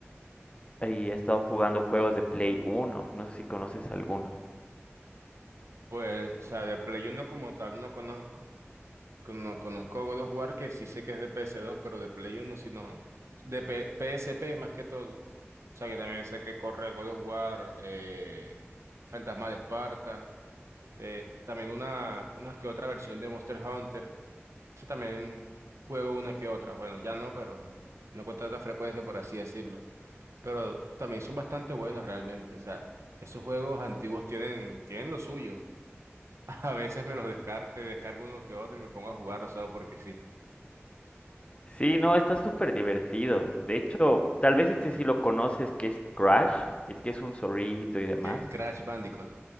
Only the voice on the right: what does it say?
Pues, o sea, de Play uno como tal no conozco. Con- No conozco God of War, que sí sé que es de ps dos pero de Play uno sí no. De P- PSP más que todo. O sea, que también sé que corre God of War, eh, Fantasma de Esparta, eh, también una, una que otra versión de Monster Hunter. Yo también juego una que otra. Bueno, ya no, pero no con tanta frecuencia, por así decirlo. Pero también son bastante buenos realmente. O sea, esos juegos antiguos tienen, tienen lo suyo. <laughs> A veces me los descargo, descargo uno que otro y me pongo a jugarlo solo porque sí.
Eh, Crash Bandicoot.